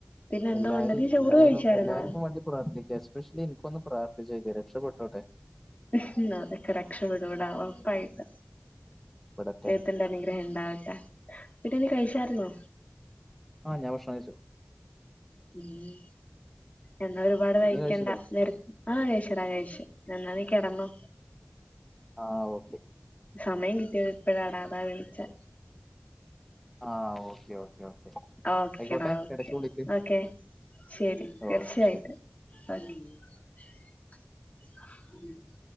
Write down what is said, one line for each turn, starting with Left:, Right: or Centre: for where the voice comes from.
Left: പിന്നെ എന്തോണ്ട്
Centre: എല്ലാരും
Left: നീ ചോറ്
Centre: എല്ലാവരും
Left: കഴിച്ചായിരുന്നോ
Centre: എല്ലാവർക്കും വേണ്ടി പ്രാർത്ഥിക്കുക എസ്പെഷ്യലി എനിക്കൊന്ന് പ്രാർത്ഥിച്ചേക്ക രക്ഷപ്പെട്ടോട്ടെ
Left: ഹും അതൊക്കെ രക്ഷപെടുടാ ഉറപ്പായിട്ട്
Centre: ഇവിടത്തെ
Left: ദൈവത്തിന്റെഅനുഗ്രഹം ഇണ്ടാവട്ടെ. പിന്നെ നീ കഴിച്ചായിര്ന്നോ?
Centre: ആ ഞാൻ ഭക്ഷണം കഴിച്ചു.
Left: മം എന്നാ ഒരുപാട് വൈകിക്കണ്ട
Centre: നീ കഴിച്ചില്ലേ
Left: നി ആ കഴിച്ചടാ കഴിച്ചു. എന്നാ നീ കിടന്നോ.
Centre: ആ ഓക്കെ.
Left: സമയം കിട്ടിയത് ഇപ്പഴാടാ അതാ വിളിച്ചേ.
Centre: ആഹ് ഓക്കേ ഓക്കേ ഓക്കെ
Left: ഓക്കേടാ
Centre: ആയിക്കോട്ടെ
Left: ഓക്കേ
Centre: ഇടക്ക് വിളിക്ക്
Left: ഓക്കെ ശരി തീർച്ചയായിട്ടും.
Centre: ഓക്കെ ശരി
Left: <unintelligible>